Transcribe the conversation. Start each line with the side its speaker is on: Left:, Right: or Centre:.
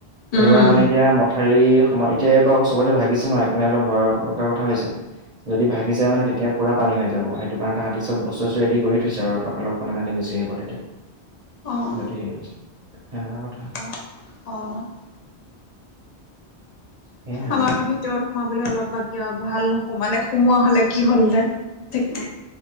Left: উম
Right: এইবাৰ মানে এতিয়া মথাৰৰি সম এতিয়া এইবাৰ চবতে ভাগিছে নহয় সেইকাৰণে অলপ ভয় লগা কথা হৈছে যদি ভাগি যায় মানে তেতিয়া পুৰা পানী হৈ যাব সেইটো কাৰণে তাহাঁতি চব বস্তু আস্তু ৰেডি কৰি থৈছে আৰু লগ মানে তাহাঁতি গুচি আহিব তেতিয়া
Left: অ',
Right: উতি য তেনেকুৱা কথা
Left: অ', অ
Right: সেয়াই
Left: আমাৰো
Right: আৰু
Left: ভি ভিতৰত সোমাবলৈ অলপ বাকিয় ভাল নুশোমালে সোমোৱা হলে কি হ'ল হ'লে ঠিক নাই